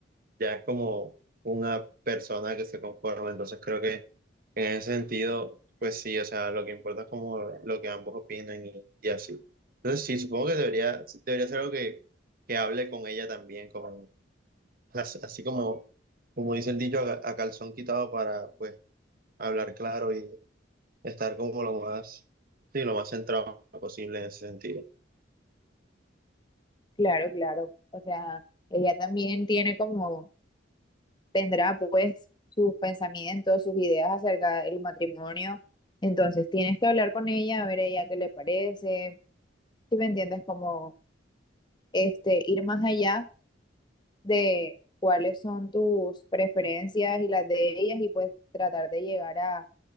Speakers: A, on the right; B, on the left.
A: ya es como una persona que se conforma, entonces creo que en ese sentido, pues sí, o sea, lo que importa es como lo que ambos opinan y, y así. Entonces sí, supongo que debería, sí, debería ser algo que, que hable con ella también, como, as- así como, como dice el dicho, a, a calzón quitado para pues hablar claro y estar como lo más, sí, lo más centrado posible en ese sentido.
B: Claro, claro. O sea, ella también tiene como, tendrá pues sus pensamientos, sus ideas acerca del matrimonio. Entonces tienes que hablar con ella, a ver ella qué le parece, si me entiendes, como este, ir más allá de cuáles son tus preferencias y las de ellas y pues tratar de llegar a,